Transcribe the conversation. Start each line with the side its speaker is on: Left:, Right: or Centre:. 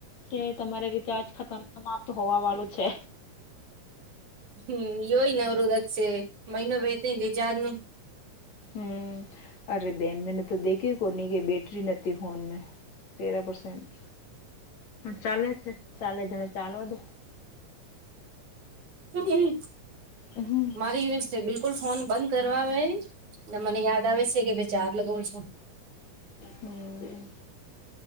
Left: કે તમારે રિચાર્જ ખતમ સપ્ત હોવા વાળું છે.
Right: હમ એયોયનવરદચસેે મૈનો બે રજાર ન <inaudible>
Left: હમ અરે બેન મેને તો દેખી કોની કે બેટરી નથીતી ફોન મે તેરા પસેન્ટ ચાલે છે ચાલે છેને ચાલો તો
Right: હમ.
Left: હ હ.
Right: મારી છે બિલકુલ ફોન બંધ કરવા આવે અને મને યાદ આવે છે કે ભાઈ ચાર લગાવ છું.
Left: હમ.